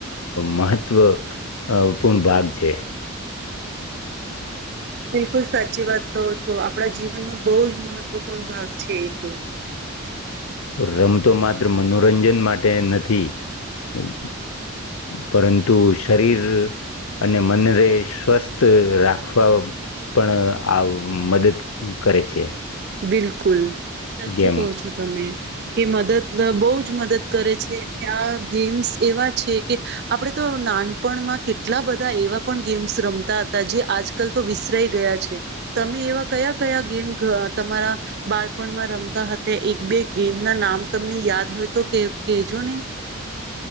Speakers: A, on the left; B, on the right.
A: મહત્વપૂર્ણ ભાગ છે.
B: બિલકુલ સાચી વાત કહો છો આપણા જીવનનો બહુ જ મહત્વપૂર્ણ ભાગ છે એ તો.
A: રમતો માત્ર મનોરંજન માટે નથી. <unintelligible> હા પરંતુ. શરીર અને મનને સ્વસ્થ રાખવા પણ આ મદદ કરે છે.
B: બિલકુલ સાચું
A: ગેમ
B: કો છો તમે કે મદદ બહુ જ મદદ કરે છે, ત્યાં ગેમ્સ એવા છે, કે આપણેે તો નાનપણમાં કેટલા બધા એવા પણ ગેમ્સ રમતા હતા, જે આજકાલ તો વિસરાઈ ગયા છે તમે એવા કયા કયા ગેમ તમારા બાળપણમાં રમતા હતા, એક બે ગેમ ના નામ તમને યાદ હોય તો કેહેજો ને